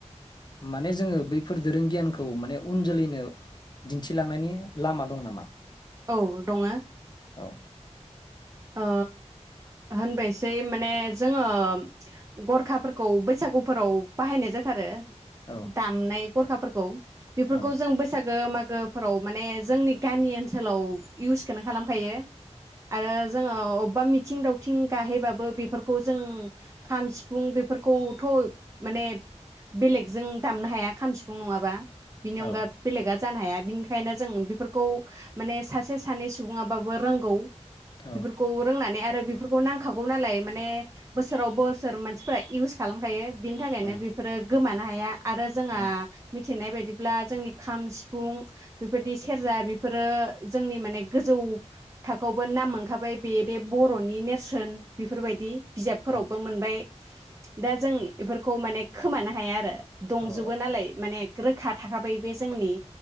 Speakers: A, on the left; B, on the right.
A: माने जोङो बै बेफोर दोरों गियानखौ माने उन जोलैनो दिन्थिलांनायनि लामा दं नामा
B: औ दङ
A: औ
B: ओ होनबायसै माने जोङो गरखाफोरखौ बैसागुफोराव बाहायनाय जाथारो
A: औ
B: दामनाय गरखाफोरखौ बेफोरखौ
A: औ
B: जों बैसागो माग गोह फोराव माने जोंनि गामि ओनस <unintelligible> इउसखोनो खालामखायो आरो जोङो ओब बा मिथिं दावथिं गाहेबाबो बेफोरखौ जों खाम सिफुं बेफोरखौथ माने बेलेगजों दामनो हाया खाम सिफुं नङाबा बिनि
A: औ
B: अनगा बेलेगआ। जानो हाया बिनिखायनो जों बिफोरखौ हो। माने सासे सानै सुबुङाबाबो रोंगौ।
A: औ
B: बेफोरखौ रोंनानै आद <unintelligible> बेफोरखौ नांखागौ नालाय। माने बोसोराव बोसोर मान फ्राय इउस खालामखायो बिनि थाखायनो
A: औ
B: बिफोरो गोमानो हाया। आरो जोंङा
A: औ
B: मिथिनाय बायदिब ब्ला जोंनि खाम सिफुं बेफोरदि सेरजा बेफोर रो जोंनि माने गोजौ थाखोआवबो नाम मोनखाबाय बेदे बरनि नेरसोन। बिफोरबायदि बिजाबफोरावबो
A: औ
B: मोनबाय दा जोंनि बेफोरखौ माने खोमानो हाया आरो। दंजोबो
A: औ
B: नालाय माने गोरोखा थाखाबाय बे जोंनि।